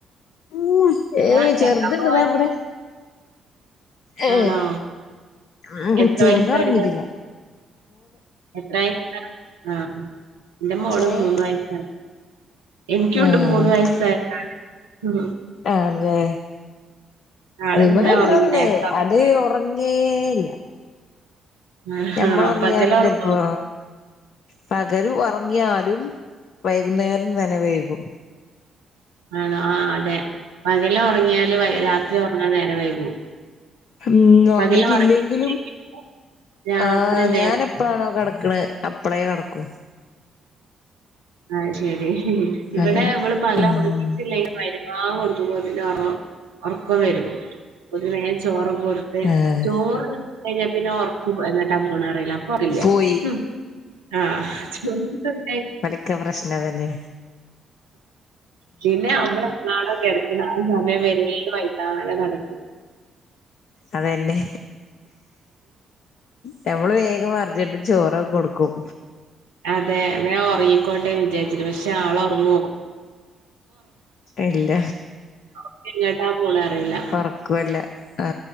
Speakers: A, on the left (about 55°); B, on the right (about 75°).
A: ഉ ഏയ്
B: ഞാൻ കിടക്കാൻ
A: ചെറ്ത്ണ്ട്
B: പോവാനാ
A: താ വ്ടെ ഏ
B: ആണോ
A: ആ
B: എത്ര
A: ചെറ്ത്
B: വയസ്സായതാ
A: ഒറ്ങ്ങിട്ടില്ല
B: എത്ര വയസാ ആ ന്റെ മോളും
A: ഏഹ്
B: മൂന്ന് വയസ്സാണ് എനിക്കുണ്ട്
A: ഉം
B: മൂന്ന് വയസ്സായ ഉ
A: ആണ് ല്ലേ
B: ആളിന്ന്
A: ഇവ്ടെണ്ടോന്ന്
B: ഉറങ്ങി നേരത്തെ
A: അത് ഒറ ങ്ങേല്ല
B: ഉറങ്ങി
A: ഞമ്മള്
B: ആണോ
A: ഒറ്ങ്ങിയാലും
B: പകല് ഉറങ്ങോ
A: ചെലപോ പകലു ഒറ്ങ്ങിയാലും വൈകുന്നേരം തന്നെ വൈകും
B: ആണോ ആ അതെ പകല് ഒറ്ങ്ങിയാല് രാത്രി ഒർങ്ങാൻ നേരം വൈകും
A: ഉം ഒറ്ങ്ങീട്ടില്ലെങ്കിലും
B: പകല് ഉറങ്ങിയിട്ടില്ലെങ്കിൽ രാത്രി
A: ആ
B: നേരത്തെ
A: ഞാനപ്പഴാണോ കട ക്കണ് അപ്പളെ കടക്കൂ
B: അ ഹ് ശരി ഉ ഇവിടെ
A: അങ്
B: ഇവള് പകല്‌
A: ഉം
B: ഉറങ്ങിയിട്ടില്ലെങ്കിൽ മഅ്രിബാങ്കൊടുക്കുമ്പോത്തിന് ഒറ്ങ്ങും ഒറർക്കം വരും ഒല് വേ ചോറും കൊട്ത്ത്
A: ആഹ്
B: ചോറ് കഴിഞ്ഞാ പിന്നെ ഒറ്ക്കും എങേട്ടാ പോണ റിയില്ല അപ്പ അറീലാ
A: പോയി
B: ഉ ആ <unintelligible>
A: ക്കെ പ്രശ്നവല്ലേ.
B: പിന്നെ നമ്മള് എന്നാണോ കെട്ക്ണ ആ സമയം വര നാളെ നടക്കും
A: അതെന്നെ നമ്മള് വേഗം അർജന്റ് ചോറൊക്കെ കൊടു ക്കും
B: അതെ വേ ഒറ്ങ്ങിക്കോട്ടെ വിചാരിച്ക്ക്‌ണ് പക്ഷെ ആള് ഒർങ്ങോ
A: ഇല്ല
B: ഉറക്കം എങ്ങട്ടാ പോണെ അറിയില്ല
A: ഒറ്ക്കുല്ല ആ